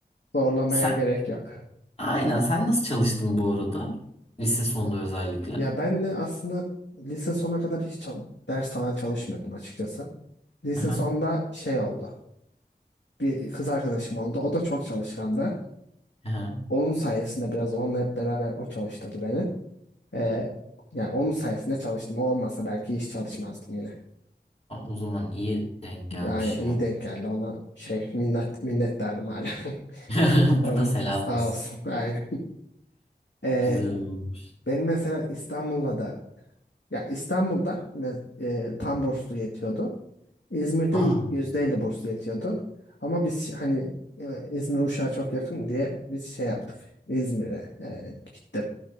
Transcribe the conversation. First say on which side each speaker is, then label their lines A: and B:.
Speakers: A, on the left (about 80°); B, on the left (about 35°).
A: zorlamaya
B: Sen
A: gerek yok.
B: aynen sen nasıl çalıştın bu arada? Lise sonunda özellikle.
A: Ya ben de aslında lise sona kadar hiç çal- ders falan çalışmıyordum açıkçası. Lise
B: Aha,
A: sonda şey oldu. Bir kız arkadaşım oldu. O da çok çalışkandı.
B: aha.
A: Onun sayesinde biraz onunla hep beraber o çalıştırdı beni. Ee, yani onun sayesinde çalıştım. O olmasa belki hiç çalışmazdım yine.
B: Aa, O zaman iyi denk gelmiş
A: Yani iyi
B: ya.
A: denk geldi ona şey minnet, minnettarım hala. <laughs>
B: <laughs>
A: Onu
B: Burada selam
A: sağ
B: olsun.
A: olsun <laughs> aynen. Ee,
B: Güzel olmuş.
A: benim mesela İstanbul'la da ya İstanbul'da ve- e, tam burslu yetiyordu. İzmir'de
B: Aa,
A: %50 burslu yetiyordu. Ama biz şi- hani e, İzmir Uşak'a çok yakın diye biz şey yaptık. İzmir'e e, gittim.